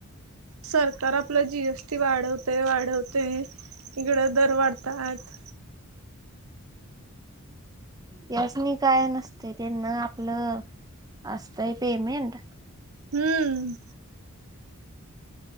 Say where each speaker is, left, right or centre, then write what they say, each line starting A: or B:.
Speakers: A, on the right; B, on the right.
A: सरकार आपलं जी एस टी वाढवतेय वाढवते इकड दर वाढतात.
B: त्यासनी काय नसते त्यांना आपलं असतय पेमेंट
A: हम्म